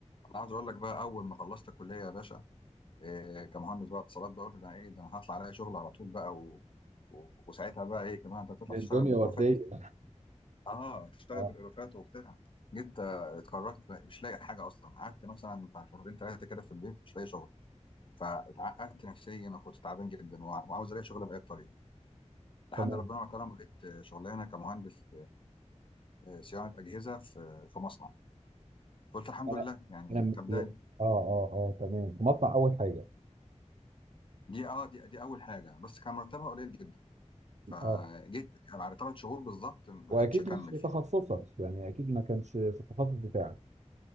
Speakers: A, on the left (about 45°); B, on the right (about 70°).
A: انا عاوز اقول لك بقى اول ما خلصت الكليه يا باشا إيه كمهندس بقى اتصالات بقى قلت ده ايه ده انا هطلع الاقي شغل على طول بقى و... و... وساعتها بقى ايه كمان انت هتطلع تشتغل
B: الدنيا
A: بالالوفات
B: وردية
A: اه تشتغل
B: اه
A: بالالوفات وبتاع جيت آه، اتخرجت بقى مش لاقي حاجه اصلا قعدت مثلا بتاع شهرين ثلاثه كده في البيت مش لاقي شغل فاتعقدت نفسيا وكنت تعبان جدا وع- وعاوز الاقي شغل باي طريقه لحد
B: تمام
A: ربنا ما كرم لقيت آه، شغلانه كمهندس آه، صيانه اجهزه في في مصنع قلت الحمد
B: انا
A: لله يعني
B: انا م-
A: كبدايه
B: يا- اه اه اه تمام في مصنع اول حاجة
A: دي اه دي, دي اول حاجه بس كان مرتبها قليل جدا فجيت
B: اه
A: بعد ثلاث شهور بالظبط ما
B: واكيد
A: قدرتش اكمل
B: مش في
A: فيها
B: تخصصك يعني اكيد ما كانش في التخصص بتاعك